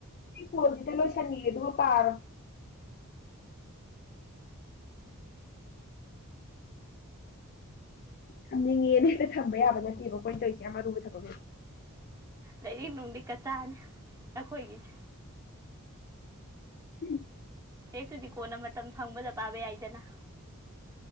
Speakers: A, on the left; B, on the right.
A: ꯐꯣꯜꯗꯤꯗ ꯂꯣꯏꯁꯅꯤꯦ ꯑꯗꯨꯒꯒ ꯄꯔ ꯊꯝꯅꯤꯡꯉꯦꯅꯦ ꯍꯦꯛꯇ ꯊꯝꯕ ꯌꯥꯕ ꯅꯠꯇꯦꯕ ꯀꯣꯏ ꯇꯧꯁꯦ ꯀꯃ ꯧꯕ ꯊꯄ
B: ꯂꯩꯔꯤꯛꯅꯨꯡꯗꯤ ꯀꯆꯥꯅꯦ ꯑꯩꯈꯣꯏꯒꯤꯁꯦ
A: ꯎ
B: ꯍꯦꯛꯇꯨꯗꯤ ꯀꯣꯟꯅ ꯃꯇꯝ ꯐꯪꯕꯗ ꯄꯥꯕ ꯌꯥꯏꯗꯅ